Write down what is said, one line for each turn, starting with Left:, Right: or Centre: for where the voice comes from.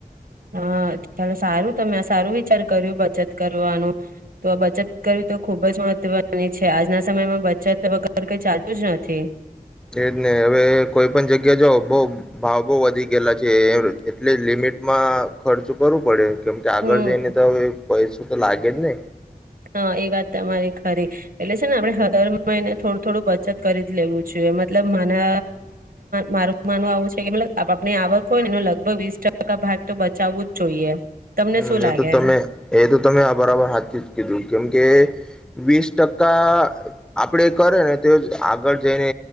Right: હા ચાલ સારું તમે આ સારું વિચાર કર્યું બચત કરવાનું, તો બચત કરવી તો ખુબ જ મહત્વની છે, આજના સમયમાં બચત વગર કઈ ચાલતુ જ નથી.
Centre: એ જ ને હવે કોઈ પણ જગ્યા જઓ બઉ ભાવ બઉ વધી ગયેલા છે એટલે લિમિટમાં ખર્ચ કરવું પડે. કેમકે આગળ
Right: હમ
Centre: જઈને તો પૈસા તો લાગે જ ને.
Right: હા એ વાત તમારી ખરી, એટલે છે ને આપણે હર મહિને થોડું થોડું બચત કરી જ લેવું જોઈએ મતલબ માને મારું, માનવા આવું છે કે મતલબ આપણી આવક હોયને એ લગભગ વીસ ટકા ભાગ તો બચાવવું જ જોઈએ. તમને
Centre: હમ
Right: શું લાગે
Centre: એ તો તમે એ તો તમે આ બરાબર હાથથી જ કીધું. કેમકે, વીસ ટકા આપડે કરે ને તો જ આગળ જઈને